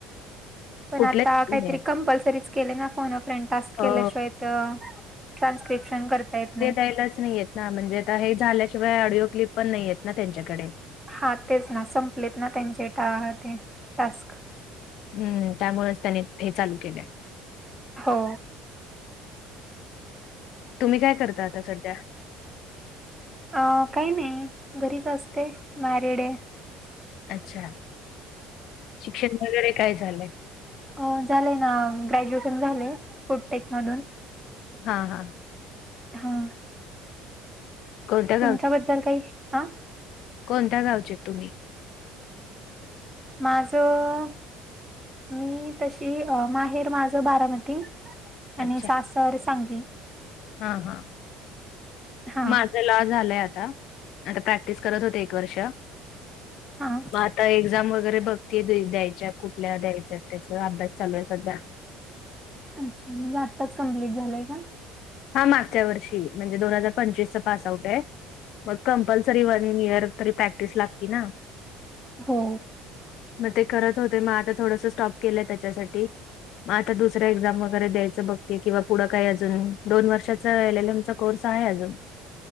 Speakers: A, on the right; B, on the left.
A: पणं
B: कुठल्याच
A: आंता
B: तुम्ही
A: कांहींतरी कंपल्सरीच केले नां फोन फ्रेंटास्क केल्यांशिवाय
B: हो
A: तरं ट्रान्स्क्रिप्शन करतां येतं नाहीं
B: एलंच नाहीं येतं नां म्हणजे आंता हे झाल्यांशिवाय ऑडिओ क्लिप पणं नाहींयेतं नां त्यांच्याकडे
A: हां तेचं नां संपलेत नां त्यांचे टा ते टास्कं नां
B: हम्मं त्यामुळे चं त्यांने हे चालूं केलें आहे
A: हो
B: तुम्हीं कायं करतां आंता संध्या
A: अं कांहीं नाहीं घरीच असतें मॅरिड आहे
B: अच्छा शिक्षणं वगैरें कायं झालंय
A: अं झालंय नां ग्रॅज्युएशन झालेय फोटटेक मधूंन
B: हां हां
A: हां
B: कोणत्या
A: तुमच्यांबद्दल कांहीं हां
B: कोणत्यां गावंचेत तुम्हीं
A: माझं अं मी तशी माहेर माझं बारामती
B: अच्छा
A: आणि सासंर सांगली
B: हां हां
A: हा
B: माझं लॉ झालंय आंता आंता प्रॅक्टिस करतं होते एक वर्ष
A: हां
B: मंग आंता एक्झांम वगैरें बघती द्यांयच्या कुंठल्या द्यांयच्यांत त्यांचा अभ्यास चालूं आहे संध्या
A: अच्छा म्हणजे आत्ताचं कम्प्लीट झालंय कां
B: हां मागच्यां वर्षी म्हणजे दोन हजांर पंचवीस चां पास आऊट आहे मंग कंपल्सरी वंन इयंर तरी प्रॅक्टिस लागते नां
A: हो
B: मंग ते करतं होते मंग आंता थोडंसं स्टॉप केलंय त्यांच्यासाठी मंग आंता दुसऱ्यां एक्झांम वगैरें द्यायचं बघते किंवा पुढं कांहीं अजूंन दोन वर्षाचा एल एल एम चां कोर्स आहे अजूंन